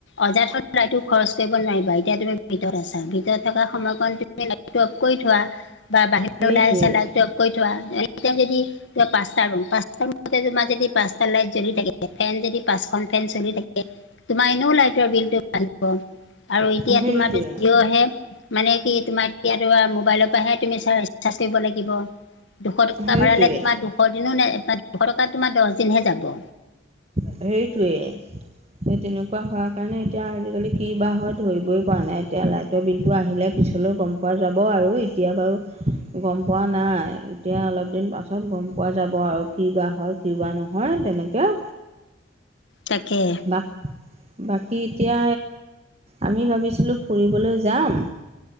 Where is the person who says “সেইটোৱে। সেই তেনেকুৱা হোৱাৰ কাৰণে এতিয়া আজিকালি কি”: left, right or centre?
Right